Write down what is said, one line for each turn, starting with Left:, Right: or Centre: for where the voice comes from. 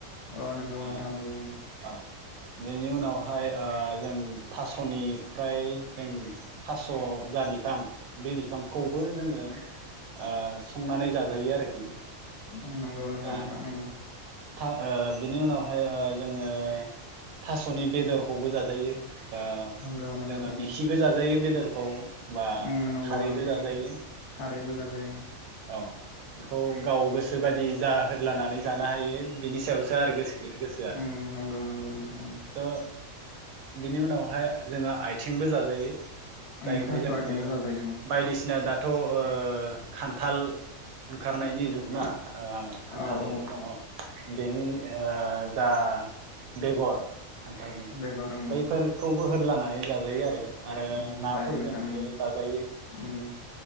Left: अ नंगौ नोंथां
Right: ओ
Left: नंगौ ओं।
Right: औ बेनि उनावहाय ओह जों थास। ख'निफ्राय जों थास' जा बिफां बे बिफांखौबो जोंङो ओ संनानै जाजायो आरोखि।
Left: ओम नंगौ नंगौ
Right: ओ
Left: नोंथां नंगौ।
Right: था ओ बिनि उनावहाय ओ जोंङो थास'नि बेदरखौबो जाजायो। ओह
Left: नंगौ नंगौ
Right: जोंङो
Left: उम
Right: मिखिबो जाजायो बेदरखौ। बा
Left: उम नंगौ
Right: खारैबो
Left: नंगौ
Right: जाजायो
Left: नोंथां खारैबो जाजायो
Right: औ। बेखौ गाव गोसो बादि जा होदलानानै जानो हायो। बिनि सायावसो आरो गोसो गोसोआ
Left: उम नंगौ नंगौ नोंथां
Right: त बिनि उनाव। हाय जोंङो आथिंबो जाजायो
Left: उम
Right: जायखौ
Left: थास'
Right: जोंङो
Left: आथिंबो जाजायो उम
Right: बायदिसिना दा थ' ओह खान्थाल ओंखारनायनि जुगना। ओह खान्थाल
Left: औ औ
Right: दङ बेनि ओह जा। बेगर खान्थालनि
Left: बेगर उम
Right: बैफोरखौबो होदलानानै। जाजायो आरो आरो
Left: उम
Right: नाफोरजोंबो
Left: जायो नोंथां उम
Right: जाजायो।
Left: उम